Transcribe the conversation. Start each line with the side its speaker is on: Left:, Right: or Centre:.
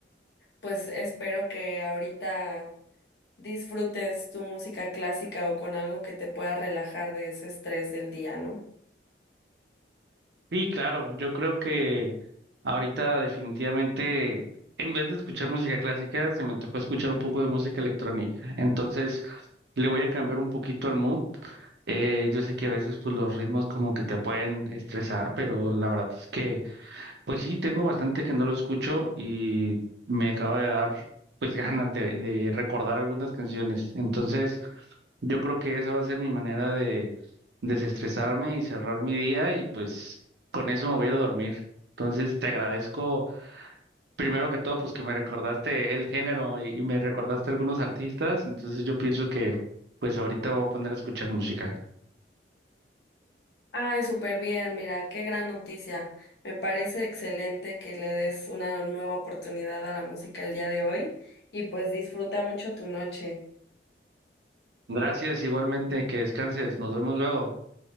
Left: pues espero que ahorita disfrutes tu música clásica o con algo que te pueda relajar de ese estrés del día, ¿no?
Right: Sí, claro, yo creo que Ahorita definitivamente, en vez de escuchar música clásica, se me antojó escuchar un poco de música electrónica. Entonces, le voy a cambiar un poquito al mood. Eh, yo sé que a veces pues los ritmos como que te pueden estresar, pero la verdad es que, pues sí, tengo bastante que no lo escucho y me acaba de dar pues <laughs> ganas de, de recordar algunas canciones. Entonces, yo creo que esa va a ser mi manera de desestresarme y cerrar mi día y pues con eso me voy a ir a dormir. Entonces, te agradezco primero que todo, pues que me recordaste el género y, y me recordaste algunos artistas, entonces yo pienso que pues ahorita voy a poner a escuchar música.
Left: Ay, súper bien, mira, qué gran noticia. Me parece excelente que le des una nueva oportunidad a la música el día de hoy y pues disfruta mucho tu noche.
Right: Gracias, igualmente, que descanses, nos vemos luego.